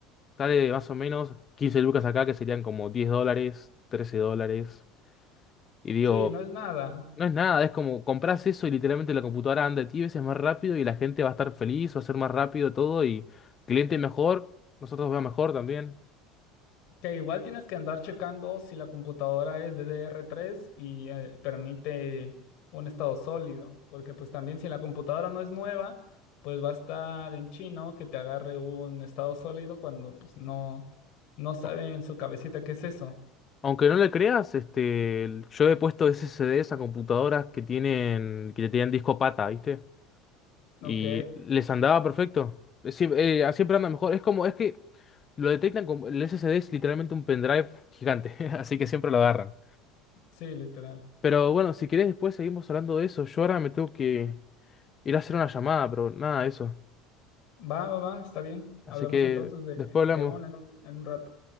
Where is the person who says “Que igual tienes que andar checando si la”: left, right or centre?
Left